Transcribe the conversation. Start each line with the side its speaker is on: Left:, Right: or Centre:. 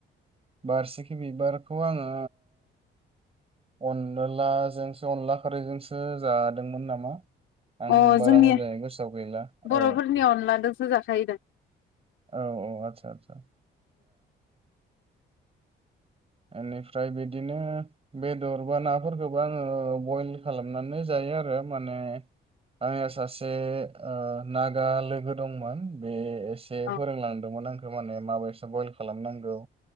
Right: बारसिखि बिबारखौ आङो अनलाजोंसो अनला खारैजोंसो जादोंमोन नामा? आं
Left: अ
Right: बारा
Left: जोंनि
Right: मोजाङै गोसोआव गैला
Left: बर'फोरनि
Right: औ।
Left: अनलाजोंसो जाखायो दा।
Right: औ औ आतसा आतसा ओनिफ्राय बिदिनो बेदर बा नाफोरखौबो आङो बइल खालामनानै जायो आरो माने आंना सासे ओ नागा लोगो दंमोन बे एसे
Left: औ
Right: फोरोंलांदोंमोन आं बे माने माबायसा बयल खालामनांगौ?